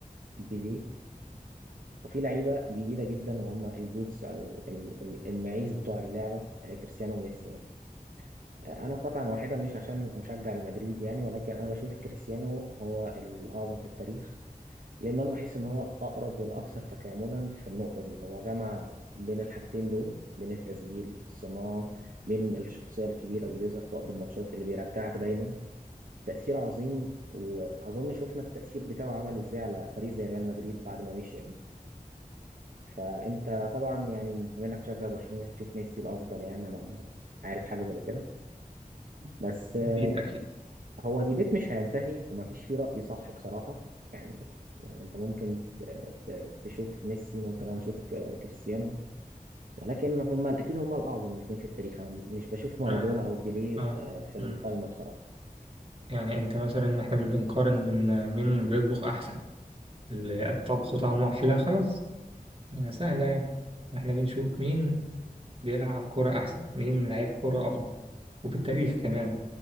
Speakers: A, on the right; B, on the right.
A: بيليه وفي لعيبه جديده جدا وهم البوتس او ال- ال- المعيز بتوع اللعبه آه، كريستيانو وميسي يعني آه، انا قطعا واحده مش عشان مشجع لمدريد يعني ولكن انا بشوف كريستيانو هو الاعظم في التاريخ لان انا بحس ان هو الاقرب والاكثر تكاملا في النقطه دي هو جمع بين الحاجتين دول بين التسجيل الصناعه بين الشخصيه الكبيره اللي بيظهر في وقت الماتشات اللي بيرجعك دايما تأثير عظيم وأظن شفنا التأثير بتاعه عمل إزاي على فريق زي ريال مدريد بعد ما مشي يعني فأنت طبعا يعني بما إنك مشجع برشلونة يعني هتشوف ميسي الأفضل يعني أنا عارف حاجة زي كده بس آه،
B: أكيد أكيد
A: هو ديبيت مش هينتهي ومفيش فيه رأي صح بصراحة يعني يعني أنت ممكن ت- ت- تشوف ميسي ممكن أنا أشوف ك- كريستيانو ولكن هما أكيد هما الأعظم الاتنين في التاريخ أنا مش بشوف مارادونا
B: معنى
A: أو بيليه
B: اه
A: آه، في
B: مم.
A: القايمة بصراحة
B: يعني انت مثلا احنا مش بنقارن بين مين بيطبخ احسن اللي الطبخ طعمه احلى خلاص آه، سهلة يعني احنا بنشوف مين بيلعب كرة احسن مين لعيب كرة افضل وفي التاريخ كمان